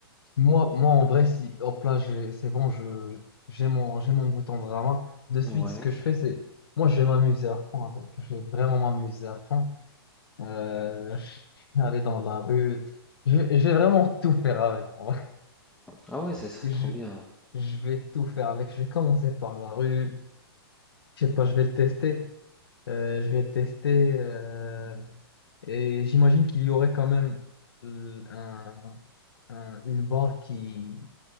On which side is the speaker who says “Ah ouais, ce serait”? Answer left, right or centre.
Centre